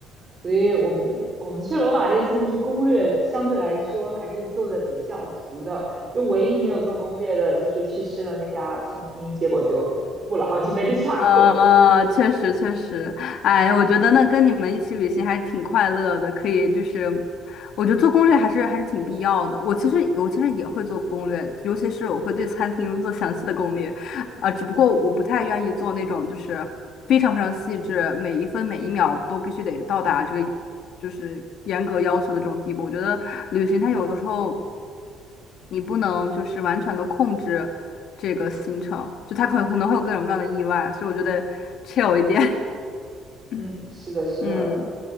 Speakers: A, on the right; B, on the left.
A: 所以我们我们去罗马这次就是攻略相对来说还是做的比较足的。就唯一没有做攻略的，就是去吃了那家餐厅，结果就付了好几倍的价格。
B: 呃，确实确实，哎，我觉得那跟你们一起旅行还是挺快乐的，可以就是，我觉得做攻略还是还是挺必要的。我其实我其实也会做攻略，尤其是我会对餐厅做详细的攻略，啊、只不过我不太愿意做那种就是非常非常细致，每一分每一秒都必须得到达这个。就是严格要求的这种地步。我觉得旅行它有的时候你不能就是完全的控制这个行程，就它可能可能会有各种各样的意外，所以我觉得 chill 一点。
A: 嗯，
B: <laughs>
A: 是的，是的，
B: 嗯